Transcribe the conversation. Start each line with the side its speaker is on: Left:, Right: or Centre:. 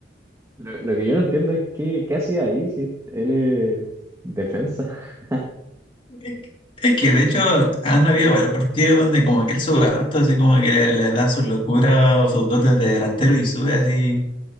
Right: lo, lo que yo no entiendo es qué, qué hacía ahí si él es defensa. <laughs>
Left: Es que, es que, de hecho han habido varios partidos donde como que él sube harto, así como que le, le dan sus locuras o sus dotes de delantero y sube así